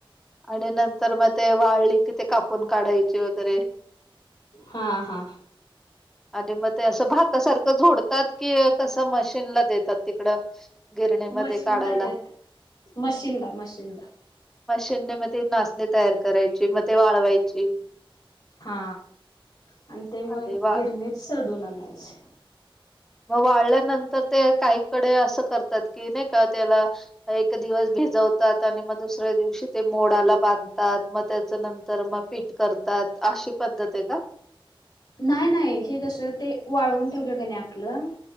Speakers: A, in the centre; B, on the left.
A: आणि नंतर मग ते वाळळी कि ते कापून काढायची वगैरे
B: हा हा
A: आणि मग ते असं भातासारखं झोडतात की कसं मशीनला देतात तिकडं गिरणीमध्ये
B: मशीनला
A: काढायला
B: देत मशीनला मशीनला
A: मशीनने मग ते नाचणी तयार करायची मग ते वाळवायची
B: हा आणि अन ते मग
A: आणि वाळ
B: गिरणीच सढून आणायचे.
A: म वाळल्यानंतर ते काहीकडे असं करतात की नाही का त्याला एक दिवस भिजवतात आणि मग दुसऱ्या दिवशी ते मोडाला बांधतात मग त्याच नंतर मग पीठ करतात अशी पद्धत आहे का?
B: नाही नाही हे जस ते वाळवून ठेवलं का नाही आपलं